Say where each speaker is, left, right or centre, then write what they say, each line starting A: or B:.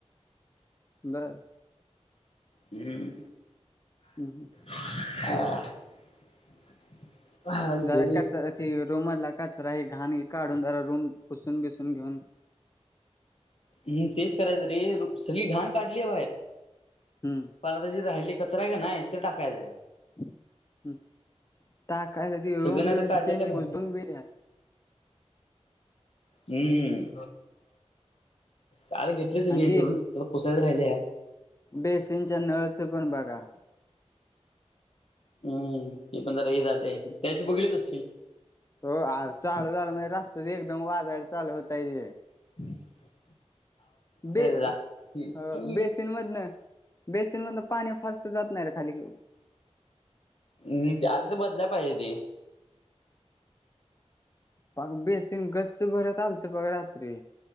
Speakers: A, on the left; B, on the left.
A: बर
B: हम्
A: हम् हम
B: <inaudible> हा घे
A: जरा कचरा ते रूमधला कचरा हे घाण काढून जरा रूम पुसून बिसून घेऊन
B: हम तेच करायचं रे सगळी घाण काढली आहे बाहेर
A: हम्म
B: पण आता जी राहिलेला कचरा आहे का नाही ते टाकायचं
A: <inaudible>
B: सगळं नाही तर काढलेलं बाहेर हम्मम काल घेतलेच मी
A: आणि
B: हे करून पण पुसायचं राहिलंय
A: बेसीनच्या नळचं पण बघा
B: हम्म ती पण जरा हे झालाय त्यादिवशी बघितलंच असशील
A: हो आर चालू झालं म्हणजे राततच एकदम वाजायला चालू होतय्
B: ह्
A: बे
B: त्याचा
A: अ बेसीन मधन बेसन म तर पाणी फस्तता जात नाही रे खाली
B: मि अर्थ बदल्या पाहिजे ती
A: पग बेसंग गच्च भरत आलत बघ रात्री